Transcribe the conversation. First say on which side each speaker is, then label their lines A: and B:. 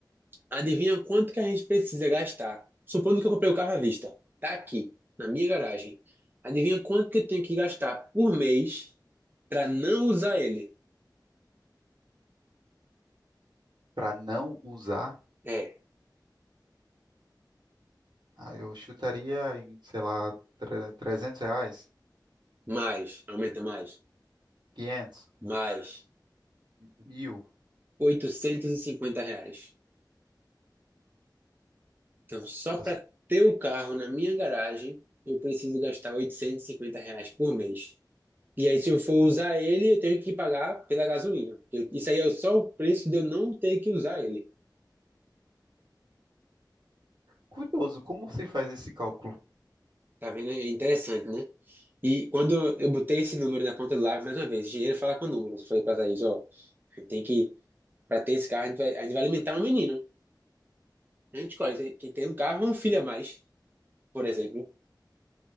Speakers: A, on the right; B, on the right.
A: adivinha quanto que a gente precisa gastar? Supondo que eu comprei o carro à vista, tá aqui, na minha garagem. Adivinha quanto que eu tenho que gastar por mês para não usar ele?
B: para não usar,
A: É,
B: ah, eu chutaria em, sei lá, tre- 300 reais,
A: mais, aumenta mais,
B: 500,
A: mais,
B: mil.
A: 850 reais. Então, só
B: Nossa,
A: para ter o carro na minha garagem, eu preciso gastar 850 reais por mês. E aí, se eu for usar ele, eu tenho que pagar pela gasolina. Eu- isso aí é só o preço de eu não ter que usar ele.
B: Curioso, como se faz esse cálculo?
A: Tá vendo? É interessante, né? E quando eu eu botei esse número na ponta do lápis, mais uma vez, dinheiro fala com números. Eu falei pra Thaís, ó, tem que, pra ter esse carro, a gente vai, a gente vai alimentar um menino. A gente escolhe se- quem tem um carro ou um filho a mais, por exemplo.